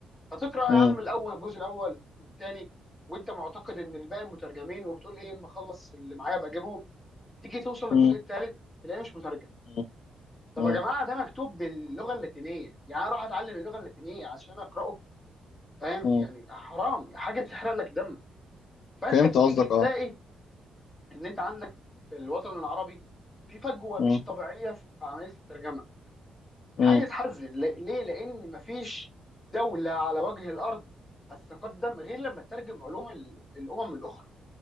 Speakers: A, on the left; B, on the left.
A: فتقرا
B: مم.
A: يا عم الاول الجزء الاول والثاني وانت معتقد ان الباقي مترجمين وبتقول ايه اما اخلص اللي معايا ابقى اجيبهم تيجي توصل
B: مم.
A: للجزء الثالث تلاقيه مش مترجم
B: مم.
A: طب
B: مم.
A: يا جماعه ده مكتوب باللغه اللاتينيه يعني أنا اروح اتعلم اللغه اللاتينيه عشان اقراه فاهم
B: مم.
A: يعني حرام حاجه تحرق لك دمك فانت
B: فهمت
A: بتيجي
B: قصدك
A: تلاقي
B: اه
A: ان انت عندك في الوطن العربي في فجوه
B: مم.
A: مش طبيعيه في عمليه الترجمه حاجه
B: مم.
A: تحزن ل- ليه لان مفيش دوله على وجه الارض هتتقدم غير لما تترجم علوم ال- الامم الاخرى